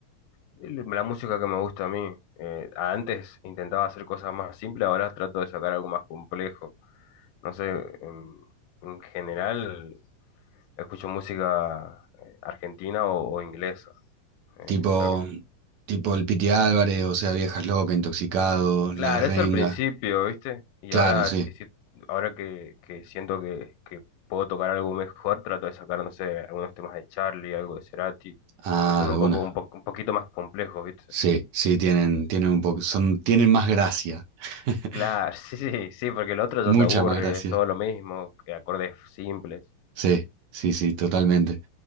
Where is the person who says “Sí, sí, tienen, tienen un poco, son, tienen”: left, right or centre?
Right